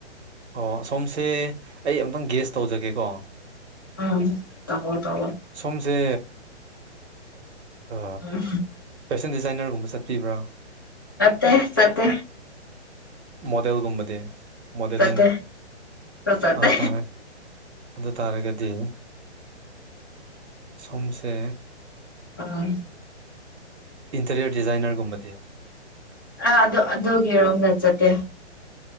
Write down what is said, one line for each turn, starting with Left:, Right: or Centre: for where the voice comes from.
Right: ꯑꯣ ꯁꯣꯝꯁꯦ ꯑꯩ ꯑꯝꯇꯪ ꯒꯦꯁ ꯇꯧꯖꯒꯦꯀꯣ
Left: ꯎꯝ ꯇꯕꯣ ꯇꯑꯣꯣ
Right: ꯁꯁꯦ ꯑ
Left: ꯎꯝ
Right: ꯐꯦꯁꯟ ꯗꯤꯖꯥꯏꯅꯔꯒꯨꯝꯕ ꯆꯠꯄꯤꯕ꯭ꯔꯥ
Left: ꯃꯠꯇꯦ ꯁꯠꯇꯦ
Right: ꯃꯣꯗꯦꯜꯒꯨꯝꯕꯗꯤ ꯃꯣꯗꯦꯂꯤꯡ
Left: ꯆꯠꯇꯦ ꯆꯠꯇꯦ
Right: ꯑꯗꯨꯇꯥꯔꯦ ꯑꯗꯨ ꯇꯥꯔꯒꯗꯤ ꯁꯣꯝꯁꯦ
Left: ꯎꯝ
Right: ꯏꯟꯇꯔꯤꯌꯔ ꯗꯤꯖꯥꯏꯅꯔꯒꯨꯝꯕꯗꯤ
Left: ꯑ ꯑꯗꯨꯗꯣ ꯑꯗꯨꯣ ꯀꯦꯣꯝ ꯅꯟꯖꯗꯦ